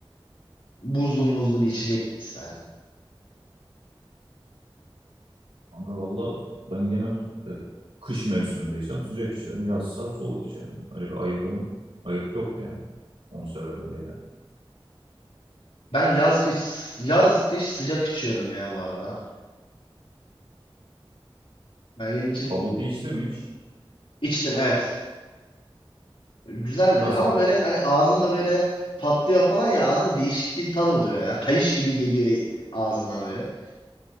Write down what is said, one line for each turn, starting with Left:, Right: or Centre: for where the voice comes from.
Left: buzlu muzlu bir içecek mi isterdin?
Right: Kanka valla ben genel e, kış mevsimindeysem sıcak içerim, yazsa soğuk içerim. Öyle bir ayırdım, ayırt yok yani. Onu severim diye.
Left: Ben yaz kış yaz kış sıcak içiyorum ya bu arada. Ben benim için
Right: Bubble tea içtin mi hiç?
Left: içtim evet. Güzeldi
Right: Nasıl?
Left: ama böyle hani ağzında böyle patlıyor falan ya ağzında değişik bir tad oluyor ya. Kayış gibi geliyor ağzına böyle.